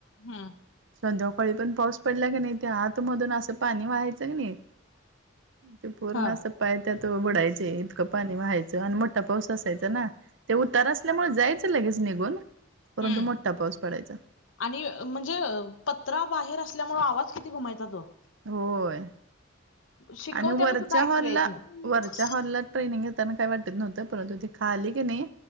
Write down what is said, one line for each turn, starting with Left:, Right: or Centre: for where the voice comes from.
Left: हम्म
Right: संध्याकाळी पण पाऊस पडला कणी, ते आतमधून असं पाणी व्हायचं कणी. ते पूर्ण
Left: हा
Right: असं पाय त्यात बुडायचे इतकं, पाणी व्हायचंय आणि मोठा पाऊस असायचा ना. ते उतार असल्यामुळे जायचं लगेच निघून, परंतु
Left: हम्म
Right: मोठा पाऊस पडायचा.
Left: आणि म्हणजे, पत्रा बाहेर असल्यामुळ आवाज किती गुमायचा तो.
Right: होय..
Left: शिकवत्याला
Right: आणि वरच्या
Left: सुद्धा ऐकू
Right: हॉल
Left: यायचं
Right: ला
Left: नाही
Right: वरच्या हॉल ला. ट्रेनिंग घेताना काही वाटत नव्हतं परंतु, ते खाली कणी